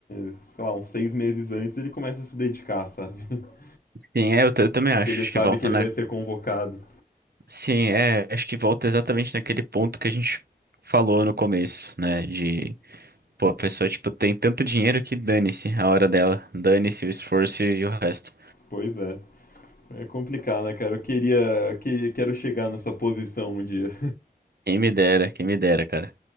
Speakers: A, on the left; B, on the right.
A: é, sei lá, uns seis meses antes ele começa a se dedicar, sabe? <laughs>
B: Sim, é, eu, ta- eu também
A: Porque
B: acho.
A: ele
B: Acho
A: sabe
B: que volta
A: que ele
B: na.
A: vai ser convocado.
B: Sim, é, acho que volta exatamente naquele ponto que a gente falou no começo, né? De, pô, a pessoa, tipo, tem tanto dinheiro que dane-se a hora dela. Dane-se o esforço e o resto.
A: Pois é. É complicado, né, cara? Eu queria, que, quero chegar nessa posição um dia.
B: Quem me dera, quem me dera, cara.